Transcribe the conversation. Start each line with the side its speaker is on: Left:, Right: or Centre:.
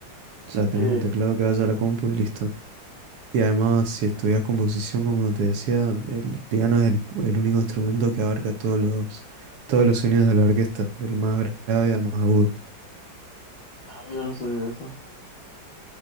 Right: ya tenés
Left: Sí.
Right: un teclado que vaya a la compu y listo. Y además, si estudias composición, como te decía, el piano es el, el único instrumento que abarca todos los, todos los sonidos de la orquesta, del más grave al más agudo.
Left: Ah, mira, no sabía eso.